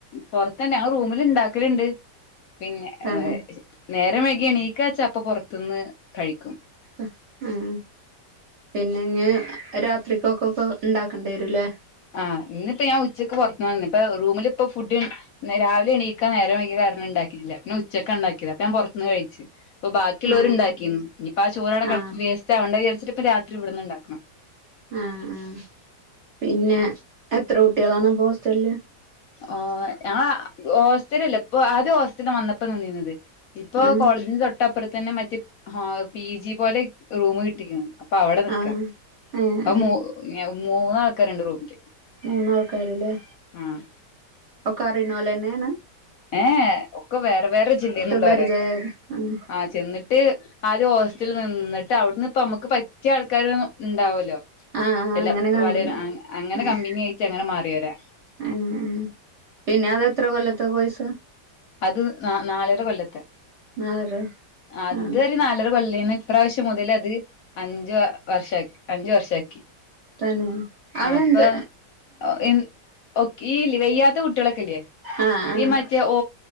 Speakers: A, on the left; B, on the right.
A: പൊറത്തന്നെ ഞങ്ങ റൂമിൽ ഇണ്ടാക്കല്ണ്ട് പിന്നെ
B: തന്നെ
A: വേ നേര വൈഗി എണീക്കാചപ്പ പുറത്തുന്ന് കഴിക്കും
B: അ ആഹ് പിന്നെ ഇഞ് രാത്രിക്കൊക്ക ഒക്കെ ഉണ്ടാക്കണ്ടി വരൂല്ലേ
A: ആഹ് ഇന്നിപ്പോ ഞാൻ ഉച്ചക്ക് പുറത്തുന്നന്ന് ഇപ്പൊ റൂമിലിപ്പ ഫുഡ് രാവിലെ എണീക്കാ നേരരെ വൈഗ കാരണ ണണ്ടാക്കില്ല പിന്നെ ഉച്ചൊക്കെ ഉണ്ടാക്കിയത് അപ്പ ഞാ പുറത്തുന്ന് കഴിച്ച് ഇപ്പൊ ബാക്കി ഉള്ളോരു
B: ആഹ്
A: ഇണ്ടാക്കിന്ന്. ഇനിപ്പൊ ആ ചോറട കടന്ന
B: ആഹ്
A: വേസ്റ്റ് ആകണ്ട വിചരിച്ചിട്ടിപ്പം രാത്രി ഇവിടുന്ന്ണ്ടാക്കണം
B: ആഹ് ആ പിന്നെ എത്ര കുട്ടികളാണ് അപ്പൊ ഹോസ്റ്റലില്
A: ഓ ഞങ്ങള ഹോസ്റ്റലല്ല ഇപ്പൊ ആദ്യ ഹോസ്റ്റല് വന്നപ്പോ നിന്നീന്നത് ഇപ്പൊ
B: ആഹ്
A: കോളേജിന്റെ തൊട്ടപ്പുറ തന്നെ മറ്റ പി ജി പോലെ റൂം കിട്ടിക്ണ് അപ്പൊ അവിടെ നിക്ക
B: ആഹ് ഏഹ്
A: അപ്പൊ
B: ഏഹ്
A: മൂ മൂന്നാൾക്കാര്ണ്ട് റൂമില്
B: മൂന്നാൾക്കാര് ലേ
A: ആഹ്
B: ഒക്ക അറിണൊലന്നെയാണ്?
A: ഏ എ ഒക്കെ വേറെ വേറെ ജില്ലയിള്ളേര
B: പരിചയായ ഉം
A: ആഹ് ചെന്നിട്ട് ആദ്യ ഹോസ്റ്റലിൽ നിന്നിട്ട് അവിടുന്ന് ഇപ്പ നമ്മുക്ക് പറ്റിയ ആൾക്കാര ഉണ്ടാവല്ലോ
B: ആഹ് ആഹ്
A: എല്ല
B: അങ്ങനെ കമ്പനി
A: വളരെ അങ്ങനെ
B: ആഹ്
A: കമ്പിനി ആയിട്ട അങ്ങനെ മാറിയൊരാ
B: ആഹ് ആഹ് പിന്നെ അതെത്ര കൊല്ലത്തെ കൊഴ്സ
A: അത് ന നാലര കൊല്ലത്തെ
B: നാലര
A: അദ്ദൊരു
B: ആഹ്
A: നാലര കൊല്ലെന്നു ഇപ്രാവ്ശ്യം മുതൽ അത് അഞ്ചു വർഷ അഞ്ചു വർഷാക്കി.
B: തന്നെ അതെന്ത്
A: ആ അപ്പൊ അ ഒ എൻ ഒക് ഈ ല്ലെ വെയ്യാത്ത കുട്ടിയാളൊക്കെല്ലേ.
B: ആഹ് ആഹ്
A: ഈ മറ്റെ ഓ